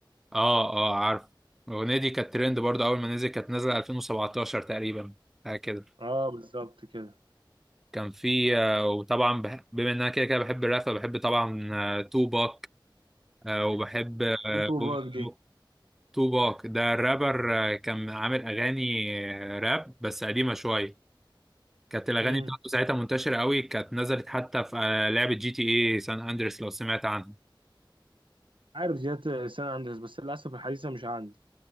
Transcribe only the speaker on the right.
اه بالظبط كده
انت وباك
دي
امم
عارف زيادة السنة عندي بس للأسف الحديثة مش عندي